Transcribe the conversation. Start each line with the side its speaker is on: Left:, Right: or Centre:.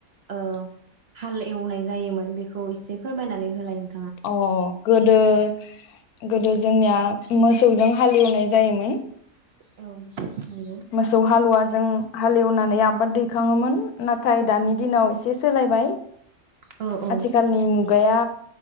Right: ओ हाल एवनाय जायोमोन बेखौ एसे फोरमायनानै होलाय नों
Left: अ गोद गोदो गोदो जोंनिया मोसौजों हालेवनाय जायोमोन
Right: औ नंगौ
Left: मोसौ हालुवाजों हालेवनानै आबाद दैखाङोमोन नाथाय दानि दिनाव एसे से सोलायबाय
Right: औ औ
Left: आथिखालनि मु मुगाया